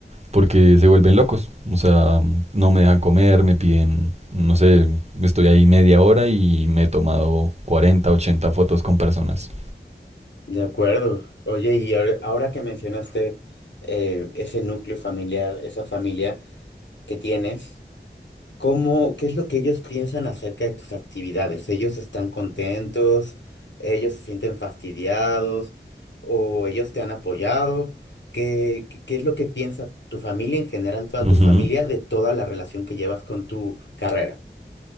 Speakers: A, on the right; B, on the left.
A: porque se vuelven locos. O sea, no me dejan comer, me piden, no sé, estoy ahí media hora y me he tomado 40 80 fotos con personas.
B: De acuerdo. Oye, y ahora, ahora que mencionaste eh, ese núcleo familiar, esa familia que tienes. ¿Cómo, qué es lo que ellos piensan acerca de tus actividades? ¿Ellos están contentos? ¿Ellos se sienten fastidiados? ¿O ellos te han apoyado? ¿Qué, qué, qué es lo que piensa tu familia en general, toda
A: Ujú.
B: tu familia, de toda la relación que llevas con tu carrera?